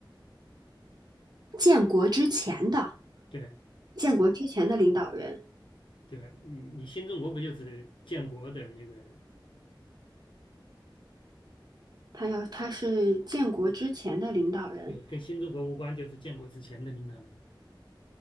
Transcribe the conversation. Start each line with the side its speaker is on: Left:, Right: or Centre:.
Right: 建国之前的，
Left: 对
Right: 建国之前的领导人。
Left: 对，你你新中国不就是建国的那个，
Right: 他要他是建国之前的领导人，
Left: 对，跟新中国无关，就是建国之前的领导人嘛。